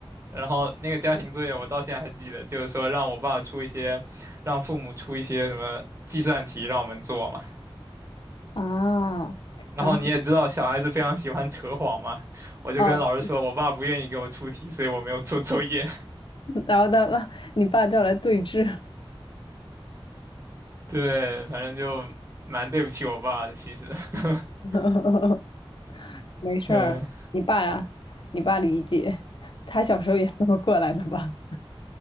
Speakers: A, on the right (about 30°); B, on the left (about 55°).
A: 然后那个家庭作业我到现在还记得，就是说让我爸出一些，让父母出一些什么计算题让我们做嘛，
B: 啊，
A: 然后你也知道小孩子非常喜欢扯谎嘛，
B: 然后
A: 我就跟老师说我爸不愿意给我出题，
B: 啊，
A: 所以我没有做作业。
B: 然后他爸，你爸叫来对峙，
A: 对，反正就蛮对不起我爸的，其实。<laughs>
B: <laughs> 没事儿，
A: 对，
B: 你爸呀，你爸理解，他小时候也这么过来的吧？